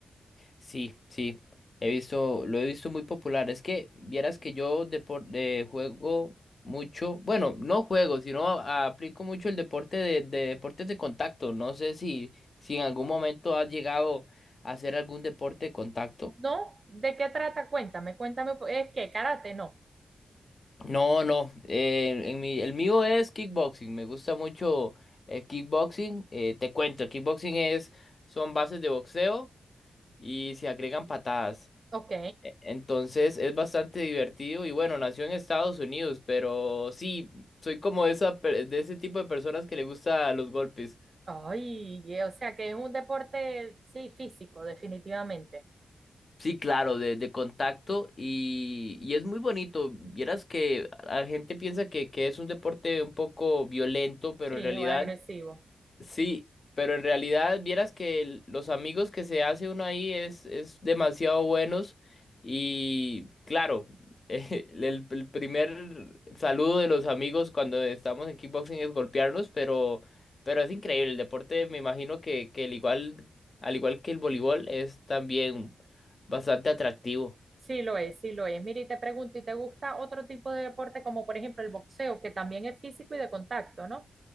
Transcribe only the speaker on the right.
¿No? ¿De qué trata? Cuéntame, cuéntame. ¿Es que karate? No.
Ok.
Ay, eh, o sea que es un deporte, sí, físico, definitivamente.
Sí,
o agresivo.
Sí lo es, sí lo es. Mira, y te pregunto, ¿y te gusta otro tipo de deporte como por ejemplo el boxeo, que también es físico y de contacto, ¿no?